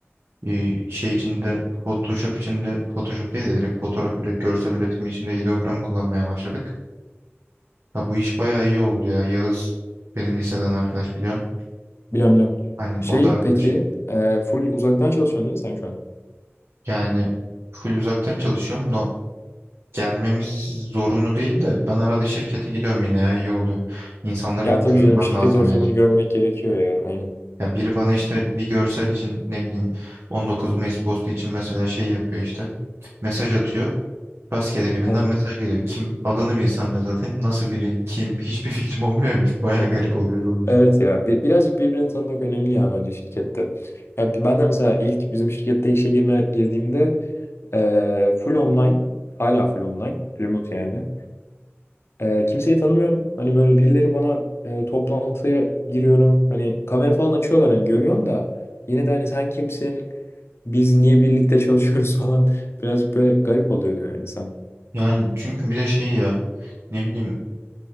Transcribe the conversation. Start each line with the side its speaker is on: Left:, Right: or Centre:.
Right: e, şey içinde Photoshop içinde Photoshop değil de direkt fotoğraf üret, görsel üretimi içinde ideogram kullanmaya başladık. Ha, bu iş bayağı iyi oldu ya. Yağız benim liseden arkadaş biliyorsun.
Left: Bilmem bilmem.
Right: Aynen
Left: Şey
Right: o da arkadaşım.
Left: peki e, full uzaktan çalışıyorsun değil mi sen şu an?
Right: Yani full uzaktan çalışıyorum. No, gelmemiz zorunlu değil de ben arada şirkete gidiyorum yine ya iyi oluyor. İnsanları
Left: Ya tabii
Right: görmem
Left: canım şirket
Right: lazım
Left: ortamını
Right: yani.
Left: görmek gerekiyor ya. Aynen.
Right: Ya biri bana işte bir görsel için ne bileyim 19 Mayıs postu için mesela şey yapıyor işte. Mesaj atıyor. Rastgele birinden
Left: Hı hı.
Right: mesaj geliyor. Kim adını bilsem de zaten nasıl biri kim hiçbir fikrim olmuyor. ya. Bir- Bayağı garip oluyor öyle olunca.
Left: Evet ya bir, birazcık birbirini tanımak önemli ya bence şirkette. Ya, bi- ben de mesela ilk bizim şirkette işe girme, girdiğimde e, full online hala full online remote yani. E, kimseyi tanımıyorum. Hani böyle birileri bana e, toplantıya giriyorum. Hani kamera falan açıyorlar hani görüyorsun da yine de hani sen kimsin? Biz niye birlikte çalışıyoruz <laughs> falan. Birazcık böyle garip oluyor yani insan.
Right: Yani çünkü bir de şey ya ne bileyim